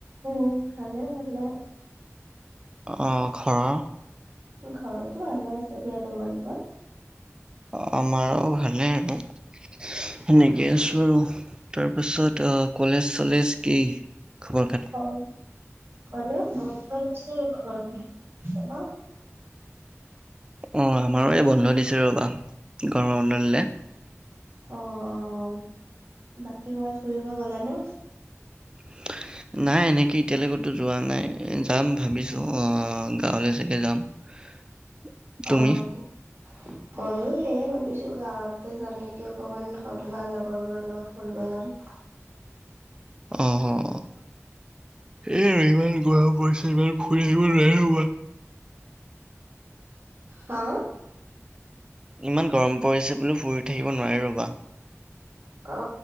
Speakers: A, on the right; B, on the right.
A: উম ভালে ভালে।
B: অঁ ঘৰৰ।
A: ঘৰতো ভালে আছে এতিয়া তোমালোকৰ?
B: অঁ আমাৰো ভালেই আৰু। সেনেকে আছো আৰু তাৰ পাছত অ কলেজ চলেজ কি খবৰ খাতি।
A: <unintelligible>
B: অঁ আমাৰো এই বন্ধ দিছে ৰ'বা গৰমৰ বন্ধ দিলে।
A: অঁ অঁ বাকী ক'বাত ফুৰিব গলানে?
B: <inaudible> নাই এনেকে এতিয়ালৈ কতো যোৱা নাই যাম ভাবিছো, অঁ গাঁৱলৈ চাগে যাম। <inaudible>
A: অঁ।
B: <inaudible>
A: ময়ো সেয়ে ভাবিছো গাঁৱতে যাম নেকি অকমান হ'ল বা লগৰবোৰৰ লগত ফুৰিব যাম।
B: অঁহ অঁ এই আৰু ইমান গৰা পৰিছে ইমান ফুৰি আহিব নোৱাৰে ৰবা।
A: হঁ।
B: ইমান গৰম পৰিছে বোলো ফুৰি থাকিব নোৱাৰি ৰ'বা।
A: অ